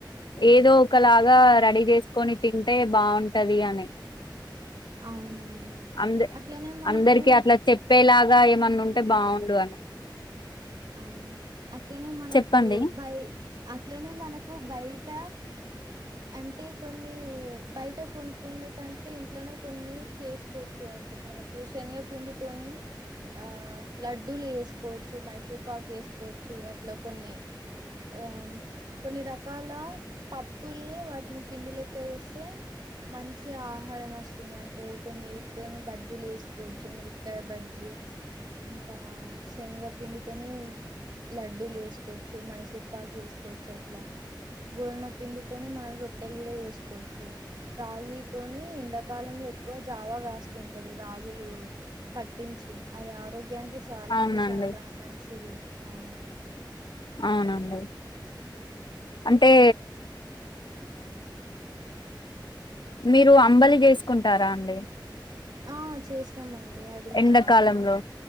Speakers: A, on the left; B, on the right.
A: ఏదో ఒకలాగా రెడీ చేసుకొని తింటే బాగుంటది అని
B: అవునవును
A: అంద
B: అట్లనే మనకు
A: అందరికి అట్ల చెప్ ప్పేలాగా ఏమన్నా ఉంటే బాగుండు అని
B: అవును అట్లనే మనకు
A: చెప్పండి
B: బాయి అట్లనే మనకు బయట అంటే కొన్ని బయట కొన్కుండూ కంటే ఇంట్లోనే కొన్ని చేసుకోవచ్చు అంటే మనకు శనగపిండితోని ఆ లడ్డూలు వేసుకోవచ్చు మైసూర్ పాక్ వేసుకోవచ్చు అట్లా కొన్ని ఆ కొన్ని రకాల పప్పుల్ని వాటిని పిండిలెక్క చేస్తే మంచి ఆహారం వస్తుంది అంటే కొన్ని వీటితోని బజ్జీలు వేసుకోవచ్చు మిరపకాయ బజ్జీ ఇంకా శనగ పిండి తొని లడ్డూలు చేసుకోవచ్చు మైసూర్పాకు చేసుకోవచ్చు అట్లా గోధుమ పిండితోనే మనం రొట్టెలు కూడా చేసుకోవచ్చు రాగితోని ఎండాకాలంలో ఎక్కువ జావా కాసుకుంటారు రాగులు పట్టించి అది ఆరోగ్యానికి చాలా
A: అవునండి
B: అంటే చాలా మంచిది అవును
A: అవునండి
B: అట్లా
A: అంటే
B: ఇట్లా
A: మీరు అంబలి చేసుకుంటారా అండి
B: ఆ చేస్తామండి అది మన
A: ఎండాకాలంలో